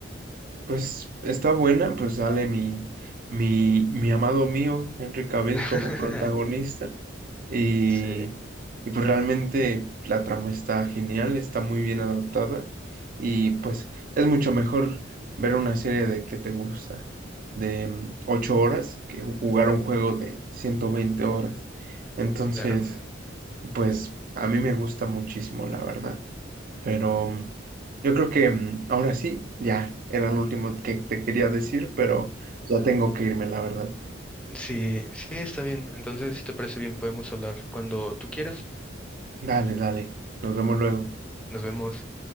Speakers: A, on the right; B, in the centre.
A: pues está buena, pues sale mi, mi, mi amado mío, Henry Cavill
B: <laughs>
A: como <laughs> protagonista. Y,
B: Sí,
A: y pues realmente la trama está genial, está muy bien adaptada y pues es mucho mejor ver una serie de que te gusta, de mm, ocho horas, que jugar un juego de 120 horas. Entonces,
B: claro.
A: pues a mí me gusta muchísimo, la verdad. Pero mm, yo creo que mm, ahora sí, ya era lo último que te quería decir, pero ya tengo que irme, la verdad.
B: Sí, sí, está bien. Entonces, si te parece bien, podemos hablar cuando tú quieras.
A: Dale, dale, nos vemos luego.
B: Nos vemos.